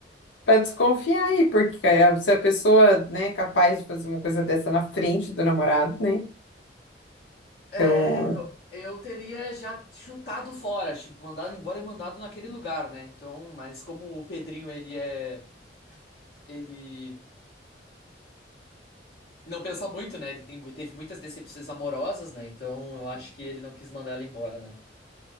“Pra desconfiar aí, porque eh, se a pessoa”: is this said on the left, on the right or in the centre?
Left